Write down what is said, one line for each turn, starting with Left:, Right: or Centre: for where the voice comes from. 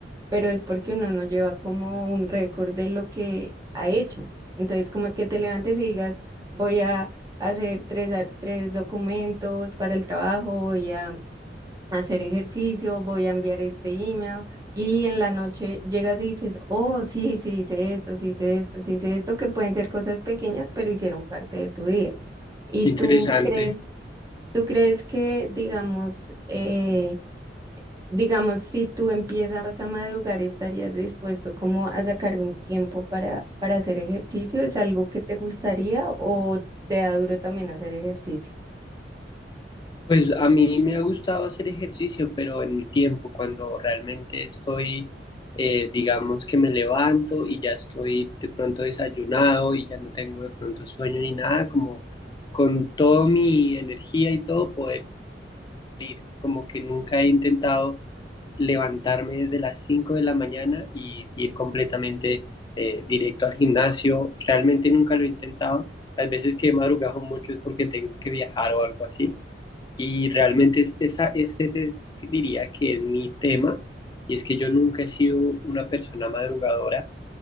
Right: pero es porque uno no lleva como un récord de lo que ha hecho. Entonces, como que te levantes y digas, voy a hacer tres, ar- tres documentos para el trabajo, voy a hacer ejercicio, voy a enviar este email y en la noche llegas y dices, oh, sí, sí hice esto, sí hice esto, sí hice esto, que pueden ser cosas pequeñas, pero hicieron parte de tu día. Y
Left: Interesante.
Right: tú crees, tú crees que, digamos, eh, Digamos, si tú empiezas a madrugar, ¿estarías dispuesto como a sacar un tiempo para, para hacer ejercicio? ¿Es algo que te gustaría o te da duro también hacer ejercicio?
Left: Pues a mí me ha gustado hacer ejercicio, pero en mi tiempo, cuando realmente estoy, eh, digamos que me levanto y ya estoy de pronto desayunado y ya no tengo de pronto sueño ni nada, como con toda mi energía y todo poder ir, como que nunca he intentado levantarme desde las 5 de la mañana y ir completamente eh, directo al gimnasio, realmente nunca lo he intentado, las veces que he madrugado mucho es porque tengo que viajar o algo así y realmente es, esa, es, ese es- diría que es mi tema, y es que yo nunca he sido una persona madrugadora,